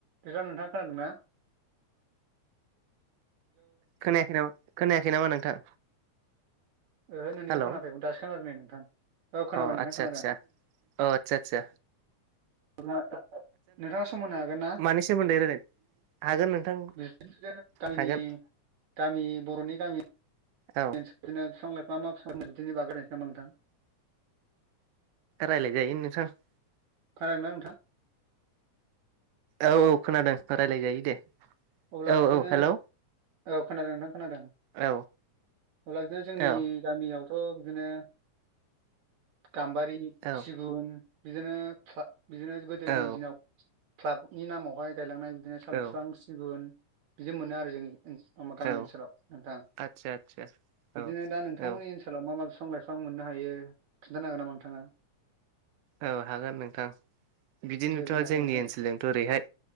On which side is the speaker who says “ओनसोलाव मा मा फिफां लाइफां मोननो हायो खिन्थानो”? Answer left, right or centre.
Right